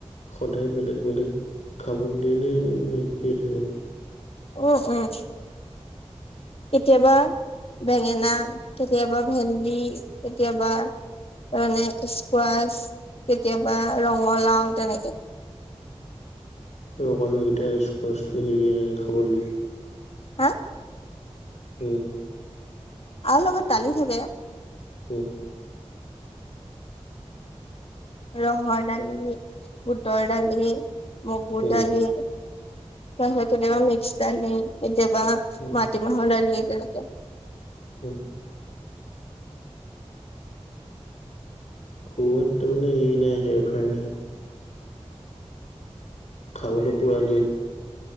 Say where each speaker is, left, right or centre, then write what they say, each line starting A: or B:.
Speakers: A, on the left (about 85°); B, on the left (about 60°).
A: সদায় বেলেগ বেলেগ খাব দিয়ে নে শিক থাকে
B: উ উম কেতিয়াবা বেঙেনা কেতিয়াবা ভেন্দি কেতিয়াবা মানে স্কোৱাাচ কেতিয়াবা ৰঙালাও তেনেকে
A: আৰু অক মমানুহকেই স্কোৱাচো হেৰি এনেক খাবলৈ
B: হা?
A: উম।
B: আৰু লগত দালি থাকে।
A: উ।
B: ৰহ ডালি, বুটল ডালি, মগুৰ
A: উম,
B: ডালি কেতিয়াবা মিক্স দালি, কেতিয়াবা
A: উম,
B: মাটিমাহল দালি তেনে
A: উ। ক'ত তাৰ মানে এই নাই, হেৰফেৰ নাই। খাবলৈ পুৰা দি